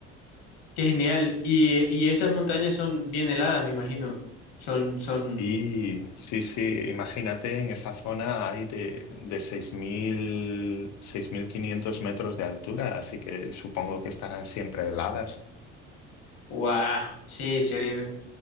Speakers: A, on the left (about 80°); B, on the left (about 65°).
A: Qué genial. Y, y esas montañas son bien heladas, me imagino. Son, son,
B: Y sí, sí, imagínate en esa zona hay de, de seis seis mil seis mil quinientos metros de altura, así que supongo que estarán siempre heladas.
A: guau. Sí, se oye,